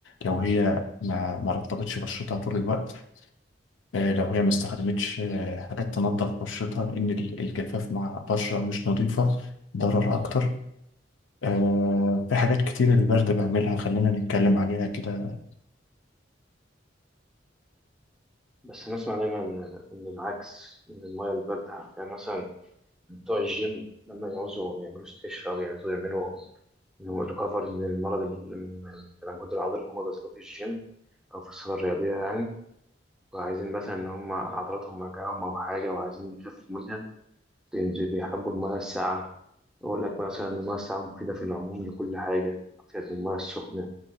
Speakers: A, on the left; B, in the centre.
A: لو هي ما ما رطبتش بشرتها طول الوقت آه، لو هي ما استخدمتش آه، حاجات تنظف بشرتها لأن ال- الجفاف مع بشرة مش نظيفة ضرر أكتر آه، في حاجات كتير البرد بيعملها خلينا نتكلم عليها كده
B: بس نسمع دايما إن إن العكس إن المية الباردة يعني مثلا بتوع الجيم لما يعوزوا يعملوا استشفاء أو يعوزوا يعملوا ريكفري من المرض ال- من الانجود العضلي اللي هم بذلوه في الجيم أو في الصالة الرياضية يعني وعايزين مثلا إن هم عضلاتهم وجعهم أو حاجة وعايزين يخفوا منها بينزل- بيحبوا المية الساقعة يقول لك مثلا إن المية الساقعة مفيدة في العموم لكل حاجة فيها المية السخنة